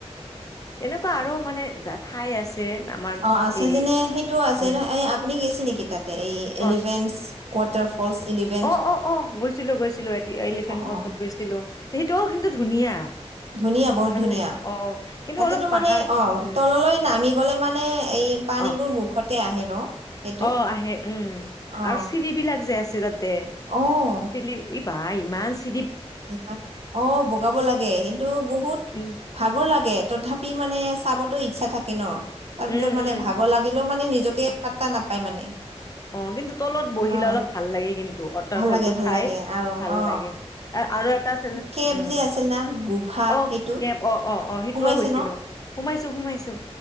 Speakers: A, on the left; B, on the right.
A: এনেকুৱা আৰু মানে যে ঠাই আছে। যেন আমাৰ।
B: অ আছে
A: এই
B: যেনে সেইটোও আছে
A: উম
B: নহ এই আপুনি গেছে নেকি তাতে এই
A: কত
B: এলিফেন্টছ ৱাটাৰ ফ ফলছ ইলেভেন
A: অ অ অ গৈছিলো গৈছিলো এতিয়া এলিফেণ্ট ফলটত
B: অ
A: গৈছিলো সেইটোও কিন্তু ধুনীয়া।
B: ধুনীয়া বহুত
A: ভাল
B: ধুনীয়া
A: লাগে অ কিন্তু
B: তাতেতো
A: অলপ পাহাৰ
B: মানে অ
A: উম
B: তললৈ নামি তললৈ মানে এই পানীবোৰ
A: অ
B: মুখতে আহে ন। সেইটো
A: অ আহে উম
B: অ
A: আৰু চিৰি বিলাক যে আছে তাতে
B: অ
A: চিৰি এই বা ইমান চি
B: ইমান অ বগাব লাগে কিন্তু বহুত
A: উম
B: ভাগৰ লাগে তথাপি মানে চাবতো ইচ্ছা থাকে ন তাৰ
A: উম
B: পিছত মানে
A: উম
B: ভাগৰ লাগিলেও মানে নিজকে পাত্তা নাপায় মানে।
A: অ কিন্তু তলত বহিলে
B: অ
A: অলপ ভাল লাগে কিন্তু ৱাটাৰ
B: ভাল
A: ফলটো
B: লাগে ভাল
A: চাই
B: লাগে আৰু
A: ভাল
B: অ
A: লাগে তাৰ আৰু এটা আছে ন‌
B: কেব
A: উম
B: যে আছিল না গুভা
A: অ
B: সেইটো
A: কেব অ অ অ সেইটোও
B: সোমাইছে
A: গৈছিলোঁ।
B: ন
A: সোমাইছোঁ সোমাইছোঁ।